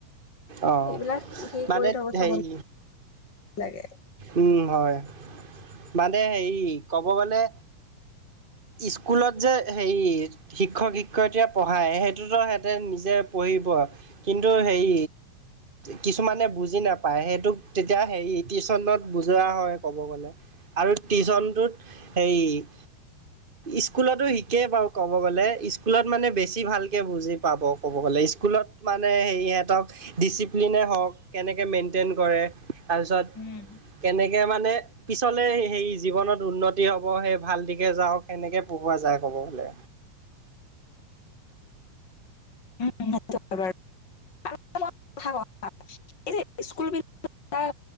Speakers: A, on the right; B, on the left.
A: অহ
B: এইবিলাক সেই
A: মানে
B: কৰি থব থব
A: হেৰি
B: লাগে।
A: উম হয় মানে হেৰি ক'ব গ'লে স্কুলত যে হেৰি শিক্ষক শিক্ষয়িত্ৰীয়ে পঢ়ায় সেইটোতো সিহঁতে নিজে পঢ়িব কিন্তু সেই কিছুমানে বুজি নাপায় সেইটোক তেতিয়া হেৰি টিউচনত বুজোৱা হয় ক'ব গ'লে আৰু টিউচনটোত
B: উম।
A: সেই
B: <inaudible>
A: স্কুলতো শিকে বাৰু ক'ব গ'লে স্কুলত মানে বেছি ভালকে বুজি পাব ক'ব গ'লে স্কুলত মানে হেৰি ইহঁতক ডিচিপ্লিনেই হওক কেনেকে মেইনটেন কৰে তাৰপিছত
B: উম
A: কেনেকে মানে তলে সেই জীৱনত উন্নতি হ'ব সেই ভাল দিশে যাওক সেনেকে পঢ়োৱা যায় ক'ব গলে
B: <unintelligible> এনে স্কুলবিলাক তাৰ